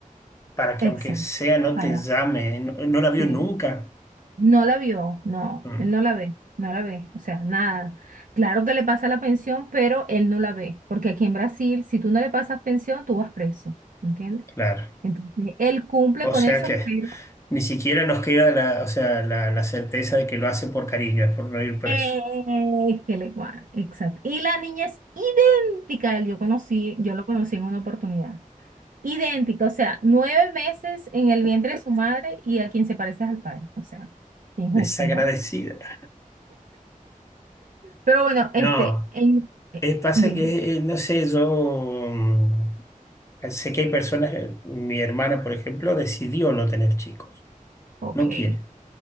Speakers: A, on the left; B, on the right.
A: para que aunque
B: Exacto.
A: sea no
B: Para.
A: te llame, no, no la
B: Sí.
A: vio nunca.
B: No la vio, no,
A: Mm,
B: él no la ve, no la ve, o sea, nada. Claro que le pasa la pensión, pero él no la ve, porque aquí en Brasil, si tú no le pasas pensión, tú vas preso, ¿entiendes?
A: claro.
B: Entonces, él cumple
A: O
B: con
A: sea
B: eso,
A: que
B: pero...
A: ni siquiera nos queda la, o sea, la, la certeza de que lo hace por cariño, es por no ir preso.
B: Eh, que le guan- exacto. Y la niña es idéntica a él, yo conocí, yo lo conocí en una oportunidad. Idéntica, o sea, nueve meses en el vientre de su madre y a quien se parece es al padre, o sea, injusto,
A: Desagradecida.
B: ¿no? Pero bueno, este,
A: No,
B: en, eh,
A: eh, pasa
B: dime,
A: que, eh, no sé, yo mm, sé que hay personas, eh, mi hermana, por ejemplo, decidió no tener chicos,
B: ok.
A: no quiere.